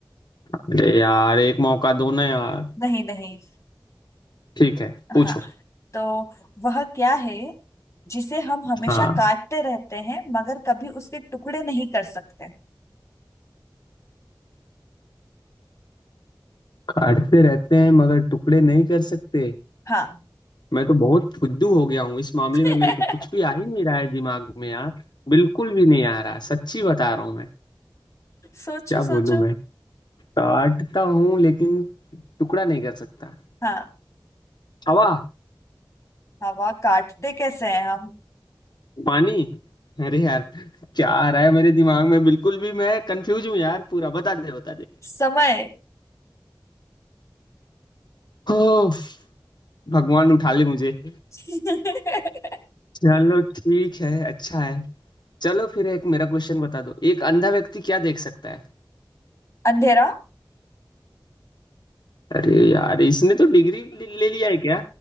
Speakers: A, on the left (about 60°); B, on the left (about 35°).
A: अरे यार एक मौका दो ना यार
B: नहीं नहीं
A: ठीक है पूछो
B: हाँ तो वह क्या है जिसे हम हमेशा
A: हाँ
B: काटते रहते हैं मगर कभी उसके टुकड़े नहीं कर सकते
A: काटते रहते हैं मगर टुकड़े नहीं कर सकते
B: हाँ
A: मैं तो बहुत फुद्दू हो गया हूँ इस मामले
B: <laughs>
A: में मेरे को कुछ भी आ ही नहीं रहा है दिमाग में यार बिल्कुल भी नहीं आ रहा सच्ची बता रहा हूँ मैं
B: सोचो
A: क्या
B: सोचो
A: बोलूं मैं काटता हूँ लेकिन टुकड़ा नहीं कर सकता
B: हाँ
A: हवा
B: हवा काटते कैसे हैं हम
A: पानी अरे यार क्या आ रहा है मेरे दिमाग में बिल्कुल भी मैं कंफ्यूज हूँ यार पूरा बता दे बता दे
B: समय
A: ओफ भगवान उठा ले मुझे
B: <laughs>
A: चलो ठीक है अच्छा है चलो फिर एक मेरा क्वेश्चन बता दो एक अंधा व्यक्ति क्या देख सकता है
B: अंधेरा
A: अरे यार इसने तो डिग्री ले ले लिया है क्या